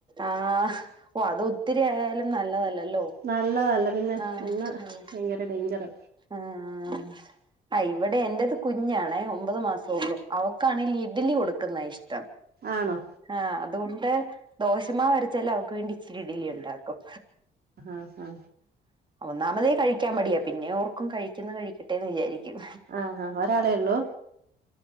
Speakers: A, on the right; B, on the right.
A: ആഹ് ഓ അത് ഒത്തിരിയാലും നല്ലതല്ലല്ലോ
B: നല്ലതല്ല പിന്നെ
A: ആഹ്
B: എണ്ണ
A: അതെ
B: ഭയങ്കര ഡേഞ്ചറാ
A: ആഹ് ആ ഇവിടെ എന്റത് കുഞ്ഞാണേ ഒമ്പത് മാസം ഉുള്ളു അവക്കാണെങ്കി ഇഡ്ലി കൊടുക്കുന്ന ഇഷ്ടം
B: ആണോ
A: ആഹ് അതുകൊണ്ട് ദോഷമാ വരച്ചാൽ അവക്ക് വേണ്ടി ഇച്ചിരി ഇടലി ഉണ്ടാക്കും
B: ആഹ് ഹ
A: ഒന്നാമതേ കഴിക്കാൻ മടിയാ പിന്നെ ഓർക്കും കഴിക്കുന്ന കഴിക്ക ട്ടെ വിചാരിക്കും
B: ആഹ് ആഹ് ഒരാളേ ഉള്ളൂ